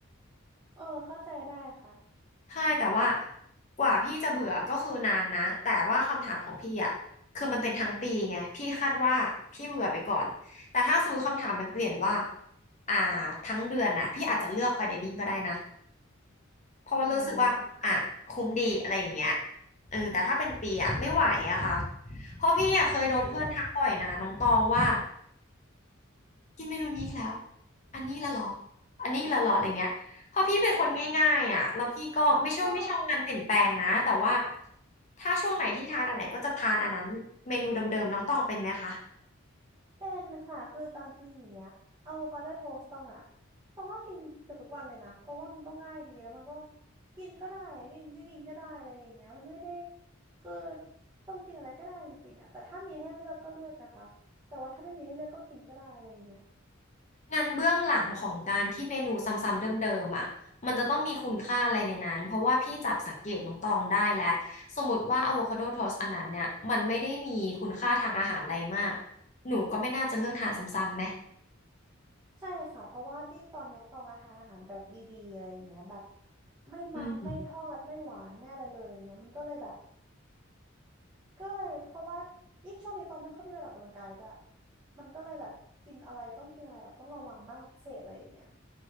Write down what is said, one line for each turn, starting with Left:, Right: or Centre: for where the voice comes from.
Right: เออเข้าใจได้ค่ะ
Left: ใช่แต่ว่ากว่าพี่จะเบื่อก็คือนานนะแต่ว่าคำถามของพี่อ่ะคือมันเป็นทั้งปีไงพี่คาดว่าพี่เบื่อไปก่อนแต่ถ้าสมมติคำถามมันเปลี่ยนว่าอ่าทั้งเดือนน่ะพี่อาจจะเลือกไฟเดนิ่งก็ได้นะเพราะว่ารู้สึกว่าอ่ะคุ้มดีอะไรอย่างเงี้ย
Right: อืม
Left: เออแต่ถ้าเป็นปีอ่ะไม่ไหวอะค่ะเพราะพี่อ่ะเคยโดนเพื่อนทักบ่อยนะน้องตองว่า
Right: ใช่ไหม
Left: กินเมนูนี้อีกแล้วอันนี้ละเหรออันนี้ละเหรออะไรเงี้ยเพราะพี่เป็นคนง่ายๆอ่ะแล้วพี่ก็ไม่ใช่ว่าไม่ชอบการเปลี่ยนแปลงนะแต่ว่า
Right: เออ
Left: ถ้าช่วงไหนที่ทานอันไหนก็จะทานอันนั้นเมนูเดิมๆน้องตองเป็นไหมคะ
Right: เป็นค่ะคือบางทีอย่างเงี้ยอะโวคาโดโทสต์ต้องอะต้องก็กินเกือบทุกวันเลยนะ เพราะว่ามันก็ง่ายดีแล้วมันก็กินก็ได้กินก็กินก็ได้อะไรอย่างเงี้ยมันไม่ได้ คือต้องกินอะไรก็ได้จริงๆอะแต่ถ้ามีให้เลือกก็เลือกนะคะ แต่ว่าถ้าไม่มีให้เลือกก็กินก็ได้อะไรอย่างเงี้ย
Left: งานเบื้องหลังของการที่เมนูซ้ำๆเดิมๆอ่ะมันจะต้องมีคุณค่าอะไรในนั้น เพราะว่าพี่จับสังเกตน้องตองได้แหละสมมติว่าอะโวคาโดโทสอันนั้นเนี่ยมันไม่ได้มีคุณค่าทางอาหารอะไรมากหนูก็ไม่น่าจะเลือกทานซ้ำๆไหม
Right: ใช่ค่ะ เพราะว่ายิ่งตอนเนี้ยตองอาหารอาหารแบบดีๆอะไรอย่างเงี้ยแบบไม่มันไม่ทอดไม่หวานไม่อะไรเลยอย่างเงี้ยมันก็เลยแบบ
Left: อืม
Right: ก็เลยเพราะว่ายิ่งช่วงนี้ตองไม่ค่อยมีเวลาออกกำลังกายด้วยมันก็เลยแบบกินอะไรต้องกินอะไรแบบต้องระวังมากพิเศษอะไรอย่างเงี้ย